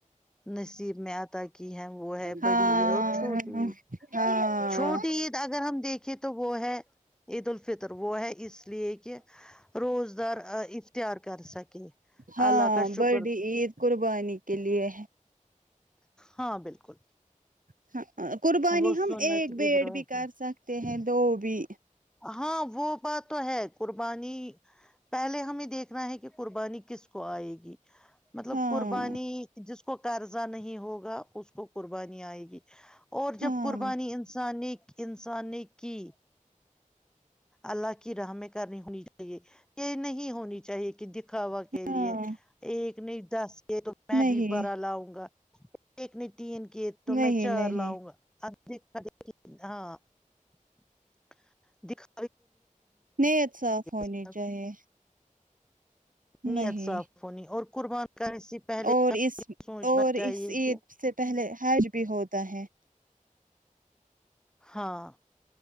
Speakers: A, in the centre; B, on the right.
A: نصیب میں آتا کی ہیں وہ ہے
B: ہاں
A: بڑی عید اور چھوٹی عید
B: ہاں
A: چھوٹی عید اگر ہم دیکھیں تو وہ ہے عید الفطر وہ ہے اس <unintelligible> اس لیے کہ روزدار اختیار کر سکے
B: ہاں
A: اللہ کا شکر
B: بڑی عید قربانی کے لیے
A: ہاں بالکل
B: ہے قربانی
A: وہ
B: ہم
A: سنت
B: ایک بیڈ
A: ابراہیم
B: بھی کر سکتے ہیں دو بھی
A: ہاں وہ بات تو ہے قربانی پہلے ہمیں دیکھنا ہے کہ قربانی کس کو آئے گی مطلب
B: ہاں
A: قربانی جس اس کو قرضہ نہیں ہوگا اس کو قربانی آئے گی اور
B: ہاں
A: جب قربانی انسان نے انسانی نے کی اللہ کی راہ میں کرنی ہونی چاہیے یہ نہیں ہونی چاہیے کہ د کوا کے لیے
B: ہاں
A: ایک <unintelligible> نہیں دس <unintelligible> یہ تو میں
B: نہیں
A: بھی بڑا لاؤں گا ایک ن <unintelligible> تین کے تو
B: نہیں
A: میں چار
B: نہیں
A: لاؤں گا دا د ہاں <unintelligible> دکھ <inaudible>
B: نیت صاف ہونی
A: سب
B: چاہیے
A: نیت
B: نہیں
A: صاف ہونی اور قربان <unintelligible> پہلے
B: اور اس
A: سوچنا
B: اور
A: چاہیے
B: اس عید
A: کہ
B: سے پہلے حج بھی ہوتا ت ہے <inaudible>
A: ہاں